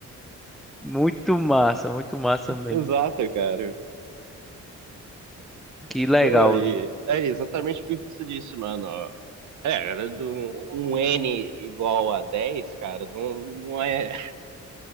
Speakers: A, in the centre; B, on the right.
A: Muito massa, muito massa mesmo.
B: Exato, cara.
A: Que legal,
B: Então, aí,
A: velho.
B: é exatamente o que você disse, mano. É, do, um N igual a dez cara, não, não é